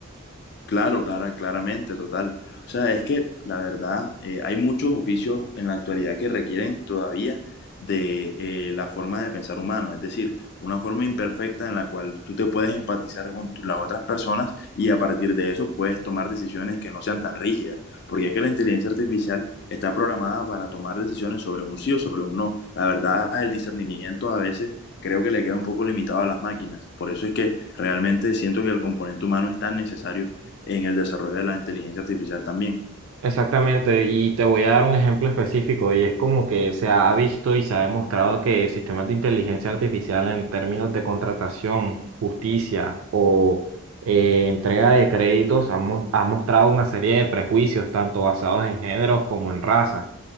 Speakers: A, on the left; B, on the right.
A: Claro, clara, claramente, total. O sea, es que la verdad, eh, hay muchos oficios en la actualidad que requieren todavía de eh, la forma de pensar humano, es decir, una forma imperfecta en la cual tú te puedes empatizar con tu- las otras personas y a partir de eso puedes tomar decisiones que no sean tan rígidas, porque es que la inteligencia artificial está programada para tomar decisiones sobre un sí o sobre un no. La verdad, el discernimiento a veces creo que le queda un poco limitado a las máquinas, por eso es que realmente siento que el componente humano es tan necesario en el desarrollo de la inteligencia artificial también.
B: Exactamente, y te voy a dar un ejemplo específico, y es como que se ha visto y se ha demostrado que sistemas de inteligencia artificial en términos de contratación, justicia o eh, entrega de créditos han, mo- han mostrado una serie de prejuicios, tanto basados en géneros como en raza.